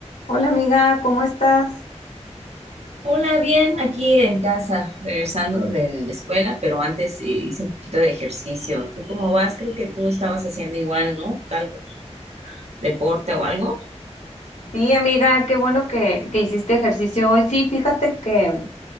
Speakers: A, on the left; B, on the right.
A: Hola amiga, ¿cómo estás?
B: Hola, bien, aquí en casa, regresando de la escuela, pero antes eh, hice un poquito de ejercicio. ¿Tú cómo vas? Creo que tú estabas haciendo igual, ¿no? Algo, deporte o algo.
A: Sí, amiga, qué bueno que, que hiciste ejercicio hoy. Sí, fíjate que